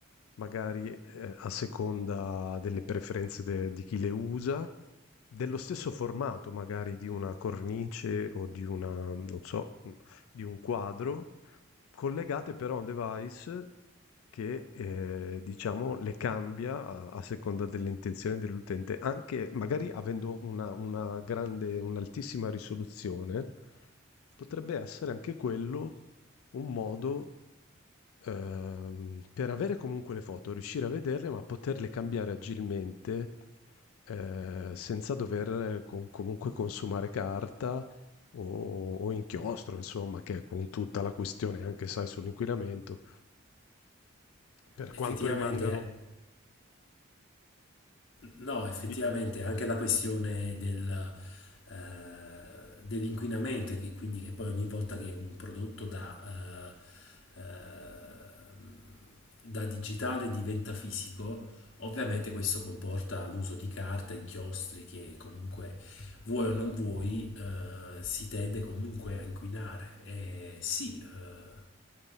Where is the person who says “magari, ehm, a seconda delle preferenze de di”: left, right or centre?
Left